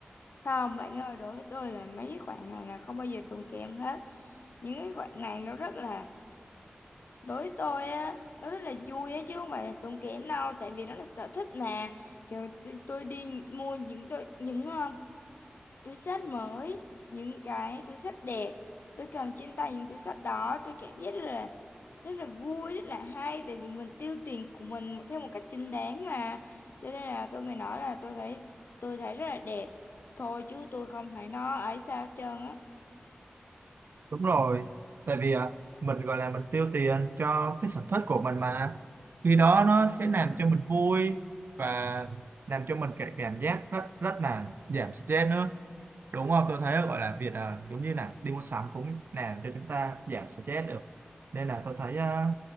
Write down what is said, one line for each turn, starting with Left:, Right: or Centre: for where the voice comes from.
Left: Không bạn ơi, đối với tôi là mấy cái khoản này là không bao giờ tốn kém hết. Những cái khoản này nó rất là đối với tôi á nó rất là vui á chứ không phải là tốn kém đâu tại vì nó là sở thích mà kiểu tôi, tôi đi mua những tôi những ờ, túi xách mới những cái túi xách đẹp tôi cầm trên tay những túi xách đó tôi cảm giác rất là rất là vui rất là hay tại vì mình tiêu tiền của mình một- theo một cách chính đáng mà cho nên là tôi mới nói là tôi thấy tôi thấy rất là đẹp thôi chứ tôi không thấy nó ấy sao hết trơn á
Right: Đúng rồi, tại vì à, mình gọi là mình tiêu tiền cho cái sở thích của mình mà khi đó nó sẽ làm cho mình vui và làm cho mình cái cảm giác rất rất là giảm stress nữa đúng không? Tôi thấy gọi là việc à, giống như là đi mua sắm cũng làm cho chúng ta giảm stress được nên là tôi thấy à,